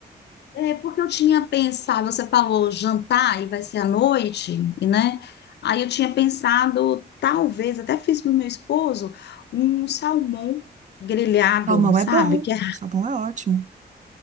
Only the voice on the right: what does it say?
Salmão
é bom,
salmão é ótimo.